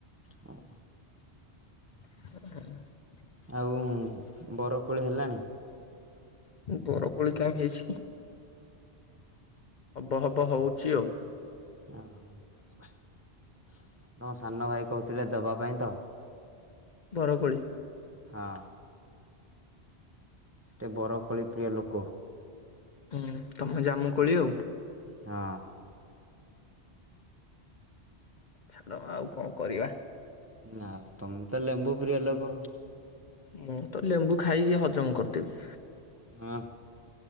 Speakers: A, on the right (about 20°); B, on the left (about 50°).
A: ହଁ।
B: <unintelligible>
A: ଆଉ ବରକୋଳି ହେଲାଣି?
B: ବରକୋଳି କାଇଁ ହେଇଛି କି ହବ ହବ ହଉଚି ଆଉ।
A: ଓହୋ ତମ ସାନ ଭାଇ କହୁଥିଲେ ଦବା ପାଇଁ ତ।
B: ବରକୋଳି।
A: ହଁ। ଗୋଟେ ବରକୋଳି ପ୍ରିୟ ଲୋକ।
B: ହୁଁ ତମେ ଜାମୁ କୋଳି ଆଉ।
A: ହଁ।
B: ଛାଡ଼ ଆଉ କଣ କରିବା?
A: ନା ତମେ ତ ଲେମ୍ବୁ ପ୍ରିୟ ଲୋକ।
B: ମୁଁ ତ ଲେମ୍ବୁ ଖାଇକି ହଜମ କରିଦେବି।
A: ହଁ